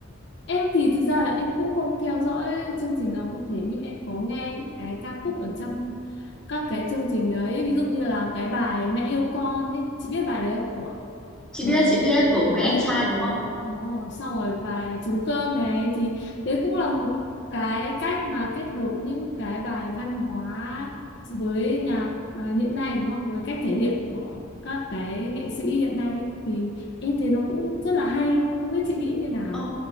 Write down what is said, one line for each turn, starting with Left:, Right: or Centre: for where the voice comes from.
Left: Em thì thực ra là em cũng không theo dõi chương trình nào cụ thể nhưng em có nghe những cái ca khúc ở trong các cái chương trình đấy ví dụ như là cái bài Mẹ yêu con ấy chị biết bài đấy không của
Centre: chị
Left: ờ,
Centre: biết chị biết của
Left: đấy
Centre: mấy anh trai đúng không
Left: đúng rồi sau rồi bài trống cơm này thì đấy cũng là một cái cách mà kết hợp những cái bài văn hóa với nhạc ờ, hiện nay đúng không với cách thể hiện của các cái nghệ sĩ hiện nay ấy. thì em thấy nó cũng rất là hay không biết chị nghĩ như nào
Centre: Ơ,